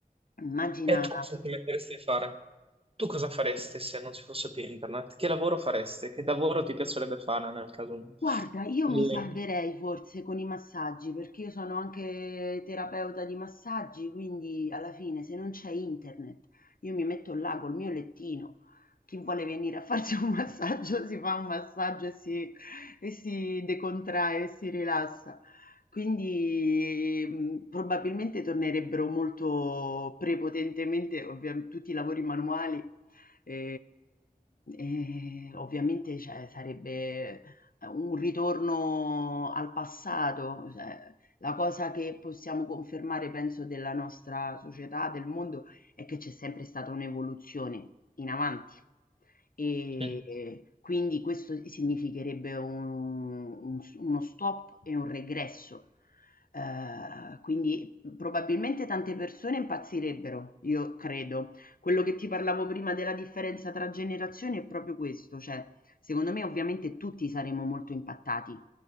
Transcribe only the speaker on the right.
E tu cosa ti metteresti a fare? Tu cosa faresti se non ci fosse più internet? Che lavoro faresti? Che lavoro ti piacerebbe fare nel caso?
Le-
Mm.